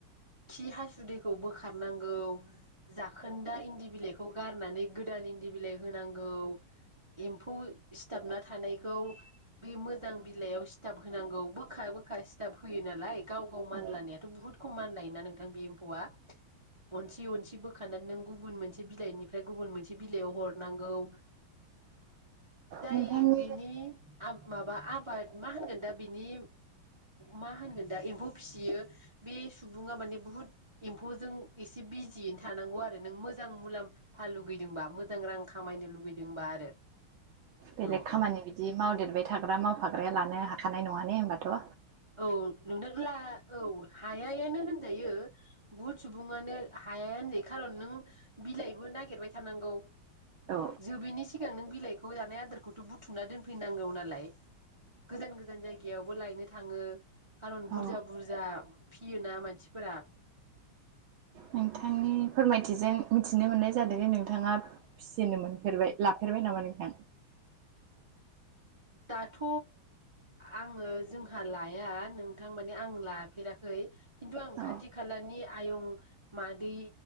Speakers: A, on the right (about 40°); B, on the right (about 80°).
A: खि हासुदैखौ बोखारनांगौ जाखोन्दा इन्दि बिलाइखौ गारनानै गोदान इन- दि बिलाइ होनांगौ एम्फौ सिथाबना थानायखौ बे मोजां बिलाइयाव सिथाब होनांगौ बोखा बो खा सिथाब होयो नालाय गाव गाव मानलानायाथ'
B: औ
A: बुहुत खम मानलायोना नों थां बे एम्फौआ अनसि अनसि बोखानांगौ गुबुन मोनसे बिलाइनिफ्राय गुबुन मोनसे बिलाइयाव हरनांगौ जाय
B: नोंथांनि
A: बिनि माबा आबाद मा होनगोन दा बिनि मा होनगोन दा एम्फौ फिसियो बे सुबुङा माने बुहुद एम्फौजों एसे बिजियैनो थानांगौ आरो नों मोजां मुलाम्फा लुगैदोंबा मोजां रां खामायनो लुगैदोंबा आरो
B: बेलेग
A: औ
B: खामानि
A: औ
B: बिदि मावदेरबाय थाग्रा मावफाग्राया लानो हाखानाय नङा ने बाथ'
A: औ नोंथ' औ हायायानो होनजायो बहुद सुबुङानो हाया होनजायो खारन नों बिलाइबो नागिरबाय थानांगौ
B: औ
A: जोबिनि सि सिगां नों बिलाइखौ जानाय आदारखौथ' बुथुमना दोनफैनांगौ नालाय गोजान गोजान जायगायावबो लायनो थाङो खारन बुरजा
B: औ
A: बुरजा फियोना मानसिफोरा
B: नोंथांनि फोरमायथिजों मिथिनो मोननाय जादों जे नोंथाङा फिसिनो मोनफेरबाय लाफेरबाय नामा नोंथां?
A: दाथ' आङो जोंहा लाया नोंथां माने आं लाफेराखै खिनथु आं
B: औ
A: खाथि खालानि आयं मादै